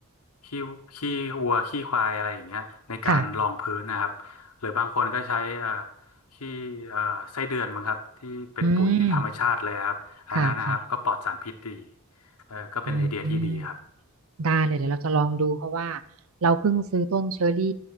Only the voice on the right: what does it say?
ค่ะ
อืมค่ะค่ะ
อืม ได้เลยเดี๋ยวเราจะลองดูเพราะว่าเราเพิ่งซื้อต้นเชอรรี่